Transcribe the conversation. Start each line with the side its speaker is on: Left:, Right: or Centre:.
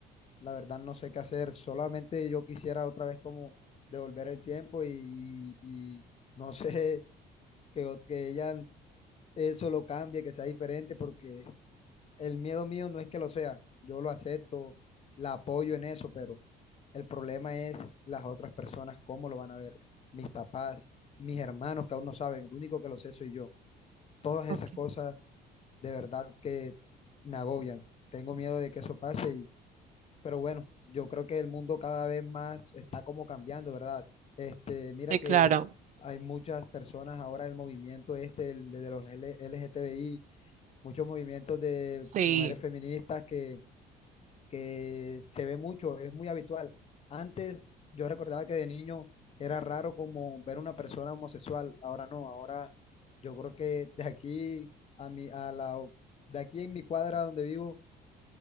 Left: la verdad no sé qué hacer, solamente yo quisiera otra vez como devolver el tiempo y, y y no <laughs> sé que, o- que ella eso lo cambie, que sea diferente, porque el miedo mío no es que lo sea, yo lo acepto, la apoyo en eso, pero el problema es las otras personas, cómo lo van a ver, mis papás, mis hermanos que aún no saben, el único que lo sé soy yo. Todas esas
Right: Okay.
Left: cosas de verdad que me agobian. Tengo miedo de que eso pase pero bueno, yo creo que el mundo cada vez más está como cambiando, ¿verdad? Este, mira
Right: Sí,
Left: que
Right: claro,
Left: hay muchas personas ahora el movimiento este el de los L- LGTBI, muchos movimientos de
Right: sí.
Left: mujeres feministas que, que se ve mucho, es muy habitual. Antes yo recordaba que de niño era raro como ver una persona homosexual, ahora no, ahora yo creo que de aquí a mi, a la, de aquí en mi cuadra donde vivo